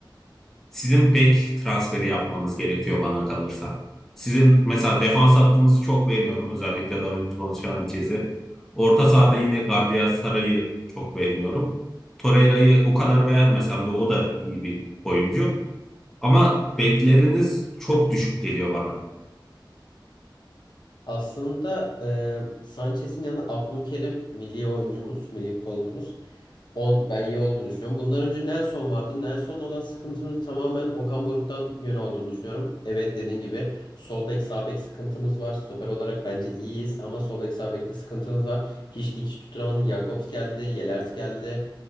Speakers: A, in the centre; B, on the left.
A: sizin bek transferi yapmanız gerekiyor bana kalırsa. Sizin mesela defans hattınızı çok beğeniyorum. Özellikle Davinson Sanchez'i. Orta sahada yine Gabriel Saray'ı çok beğeniyorum. Torreira'yı o kadar beğenmesem de o da iyi bir oyuncu. Ama bekleriniz çok düşük geliyor bana.
B: Aslında e, Sanchez'in yanına Abdülkerim milli oyuncumuz, milli futbolcumuz. On, ben iyi olduğunu düşünüyorum. Bundan önce Nelson vardı. Nelson'la olan sıkıntımız tamamen Okan Buruk'tan yön olduğunu düşünüyorum. Evet dediğin gibi sol bek sağ bek sıkıntımız var. Stoper olarak bence iyiyiz ama sol bek sağ bekte sıkıntımız var. Hiç dikiş tutturamadı. Jakobs geldi, Yelers geldi.